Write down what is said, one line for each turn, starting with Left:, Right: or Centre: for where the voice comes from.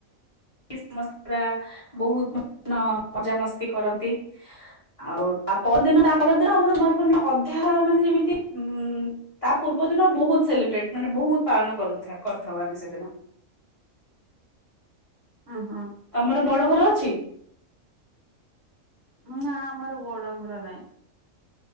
Left: ସମସ୍ତେ ପୁରା ବହୁତ ମ ମଜାମସ୍ତି କରନ୍ତି। ଆଉ ତା ପରଦିନ ତା ପରଦିନ ଆମର କୁମାରପୂର୍ଣ୍ଣିମା ଅଧା ମାନେ ଯେମିତି ଉଁ ତା ପୂର୍ବ <unintelligible> ଦିନ ବହୁତ ସେଲିବ୍ରେଟ ମାନେ ବହୁତ ପାଳନ କରୁଥା କରୁଥାଉ ଆମେ ସେଦିନ। <inaudible>
Right: ଉଁ ହୁଁ
Left: ତମର ବଡ ଘର ଅଛି।
Right: ନା ଆମର ବଡ ଘର ନାହିଁ।